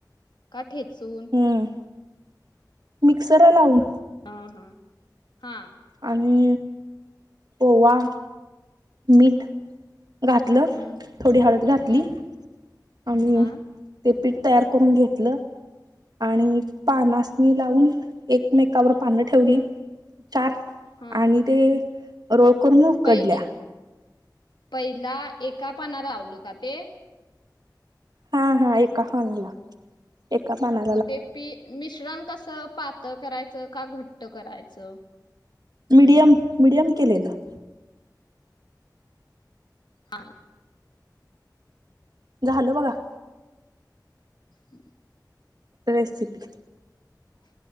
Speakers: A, on the left; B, on the right.
A: का ठेचून
B: हम. मिक्सरला लावून.
A: ह हां हा.
B: आणि पोवा मीठ घातलं
A: हम्म
B: थोडी हळद घातली.
A: हम्म
B: आणि्
A: हा
B: ते पीठ तयार करून घेतलं. आणि पानास लावून एकमेकावर पानं ठेवली चार
A: हा
B: आणि ते रोळ करून उकडल्या.
A: पै पहिला एका पाणालावलो का ते
B: हा हा एकणाला एका पाना
A: मग ते पी मिश्रण कसं पातळ करायचं का घट्ट करायचं.
B: मीडियम मीडियम केलेलं.
A: हा.
B: द झाल बघा.
A: हम्.
B: रेसिपी
A: ह.